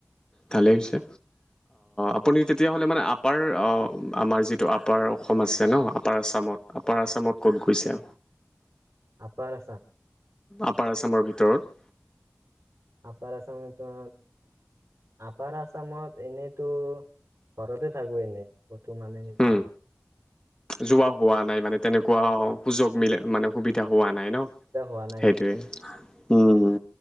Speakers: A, on the left (about 15°); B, on the right (about 65°).
A: ভালেই হৈছে আপুনি তেতিয়াহ'লে মানে আপাৰ আমাৰ যিটো আপাৰ অসম আছে ন আপাৰ আসামত আপাৰ আসামত ক'ত গৈছে
B: আপাৰ আসাম
A: আপাৰ আছামৰ ভিতৰত
B: আপাৰ আছামটো আপাৰ আছামত এনেইতো ঘৰতে থাকো এনে কত মানে যোৱা
A: উম
B: নহয়
A: যোৱা হোৱা নাই মানে তেনেকুৱা
B: হোৱা
A: সুযোগ মিলে মানে সুবিধা হোৱা নাই নাই ন',
B: এতিয়া হোৱা নাই
A: সেইটোয়ে
B: সেনো
A: উম।